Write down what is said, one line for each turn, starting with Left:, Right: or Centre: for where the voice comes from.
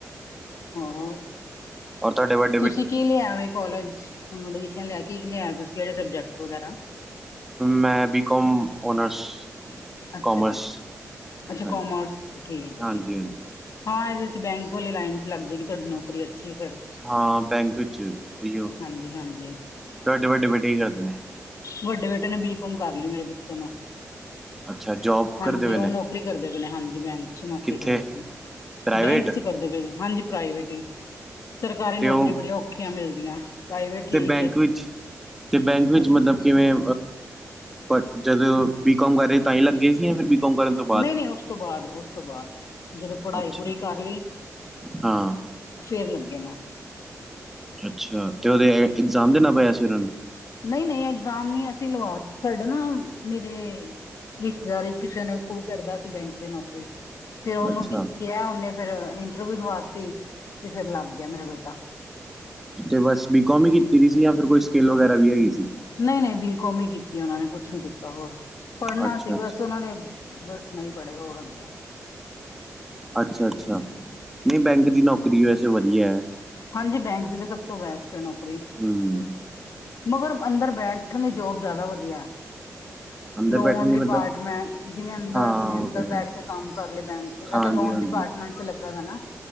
Left: ਹੋਰ
Centre: ਔ ਤੁਹਾਡੇ ਵੱ
Left: ਤੁਸੀਂ ਕੀ ਲਿਆਵੇ ਕੋਲਜ ਚ? ਹੁਣ ਐਡਮਿਸ਼ਨ ਲੈ ਕੇ ਕੀ ਲਿਆ? ਤੁਸੀਂ ਕਿਹੜੇ ਸਬਜੈਕਟ ਵਗੈਰਾ
Centre: ਮੈਂ ਬੀ ਕੋਮ ਓਨਰਸ।
Left: ਅੱਛਾ
Centre: ਕੋਮਰਸ
Left: ਜੀ ਅੱਛਾ। ਅੱਛਾ
Centre: ਹਾਂਜੀ
Left: ਕੋਮਰਸ ਠੀਕ ਹੈ-ਠੀਕ
Centre: ਹਾਂਜੀ
Left: ਹੈ।
Centre: ਹਾਂਜੀ
Left: ਹਾਂ ਇਹਦੇ 'ਚ ਬੈਂਕ ਵਾਲੇ ਲਾਈਨ 'ਚ ਲੱਗਦੇ ਕਿ ਤੁਹਾਡੀ ਨੌਕਰੀ ਅੱਛੀ ਫਿਰ
Centre: ਹਾਂ ਬੈਂਕ 'ਚ ਉਹੀਓ।
Left: ਹਾਂਜੀ ਹਾਂਜੀ
Centre: ਤੁਹਾਡੇ ਵੱਡੇ ਬੇਟੇ ਕੀ ਕਰਦੇ ਨੇ?
Left: ਵੱਡੇ ਬੇਟੇ ਨੇ ਬੀ ਕੋਮ ਕਰ ਲਈ ਮੇਰੇ ਬੱਚੇ ਨੂੰ
Centre: ਅੱਛਾ। ਜੋਬ
Left: ਹਾਂਜੀ।
Centre: ਕਰਦੇ ਪਏ
Left: ਉਹ
Centre: ਨੇ
Left: ਨੌਕਰੀ ਕਰਦੇ ਪਏ ਨੇ ਹਾਂਜੀ ਬੈਂਕ ਅੱ ਨੌਕਰੀ
Centre: ਕਿੱਥੇ
Left: ਕਰਦੇ ਪਏ ਨੇ।
Centre: ਪ੍ਰਾਈਵੇਟ
Left: ਬੈਂਕ 'ਚ ਕਰਦੇ ਪਏ ਨੇਂ। ਹਾਂਜੀ। ਪ੍ਰਾਈਵੇਟ ਈ ਸਰਕਾਰੀ
Centre: ਤੇ
Left: ਨੌਕਰੀ
Centre: ਉਹ
Left: ਬੜੀਆਂ ਔਖੀਆਂ ਮਿਲਦੀਆਂ ਪ੍ਰਾਈਵੇਟ ਠੀਕ
Centre: ਤੇ ਬੈਂਕ
Left: ਹੈ
Centre: ਵਿੱਚ। ਤੇ ਬੈਂਕ ਵਿੱਚ ਮਤਲਬ ਕਿਵੇਂ ਬਟ ਜਦੋਂ ਬੀ ਕੋਮ ਕਰੇ ਤਾਂ ਹੀ ਲੱਗ ਗਏ ਸੀ। ਫਿਰ ਕਰਨ ਤੋਂ ਬਾਅਦ
Left: ਨਹੀਂ-ਨਹੀਂ। ਉਸ ਤੋਂ ਬਾਅਦ-ਉਸ ਤੋਂ ਬਾਅਦ। ਜਦੋਂ ਪੜ੍ਹਾਈ
Centre: ਅੱਛਾ
Left: ਪੂਰੀ ਕਰ ਲਈ
Centre: ਹਾਂ
Left: ਫੇਰ ਲੱਗੇ ਨਾਂ
Centre: ਅੱਛਾ। ਤੇ ਉਹਦੇ ਇਗਜ਼ਾਮ ਦੇਣਾ ਪਿਆ ਸੀ। ਉਹਨਾਂ ਨੂੰ
Left: ਨਹੀਂ-ਨਹੀਂ ਐਗਜ਼ਾਮ ਨਹੀਂ। ਅਸੀਂ ਲਵਾ ਸਾਡੇ ਨਾ ਮੇਰੇ ਰਿਸ਼ਤੇਦਾਰੀ 'ਚ ਕਿਸੇ ਨੇ ਕੋਈ ਕਰਦਾ ਸੀ। ਬੈਂਕ ਦੀ ਨੌਕਰੀ ਫੇਿਰ ਉਹਨੂੰ
Centre: ਅੱਛਾ
Left: ਕੀ ਕਿਹਾ ਉਹਨੇ ਫਿਰ ਇੰਟਰਵਿਊ ਦਵਾਤੀ ਤੇ ਫੇਰ ਲੱਗ ਗਿਆ ਮੇਰਾ ਬੇਟਾ।
Centre: ਤੇ ਬਸ ਬੀਕੋਮ ਵੀ ਕੀਤੀ ਦੀ ਸੀ ਜਾਂ ਫਿਰ ਕੋਈ ਸਕਿੱਲ ਵਗੈਰਾ ਵੀ ਹੈਗੀ ਸੀ।
Left: ਨਹੀਂ-ਨਹੀਂ ਬੀਕੌਮ ਹੀ ਕੀਤੀ ਉਹਨਾਂ ਨੇ, ਕੁਛ ਨੀ ਕੀਤਾ ਹੋਰ ਪੜ੍ਹਨਾ
Centre: ਅੱਛਾ
Left: ਸੀ ਬਸ
Centre: ਅੱਛਾ।
Left: ਉਹਨਾਂ ਨੇ ਬਸ ਨਹੀਂ ਪੜ੍ਹੇ ਹੋਰ ਅੱਗੇ।
Centre: ਅੱਛਾ- ਅੱਛਾ ਨਹੀਂ ਬੈਂਕ ਦੀ ਨੌਕਰੀ ਵੈਸੇ ਵਧੀਆ ਹੈ।
Left: ਹਾਂਜੀ ਬੈਂਕ ਦੀ ਤਾਂ ਸਭ ਤੋਂ ਬੈਸਟ ਹੈ ਨੌਕਰੀ।
Centre: ਹੂੰ
Left: ਮਗਰ ਅੰਦਰ ਬੈਠਣ ਦੀ ਜੋਬ ਜ਼ਿਆਦਾ ਵਧੀਆ ਐ।
Centre: ਅੰਦਰ
Left: ਲੋਨ
Centre: ਬੈਠਣ ਦੀ
Left: ਡਿਪਾਰਟਮੈਂਟ
Centre: ਮਤਲਬ
Left: ਜਿਵੇਂ ਅੰਦਰ,
Centre: ਹਾਂ
Left: ਜਿਵੇਂ
Centre: ਉਹ
Left: ਅੰਦਰ
Centre: ਤੇ ਹੈ
Left: ਬੈਠ ਕੇ ਕੰਮ ਕਰ ਲਏ ਬੈਂਕ ਚ ਇਹ
Centre: ਹਾਂਜੀ
Left: ਤਾਂ ਲੋਨ
Centre: ਹਾਂਜੀ
Left: ਡ ਅਪਾਰਟਮੈਂਟ ਚ ਲੱਗਾ ਦਾ ਨਾ।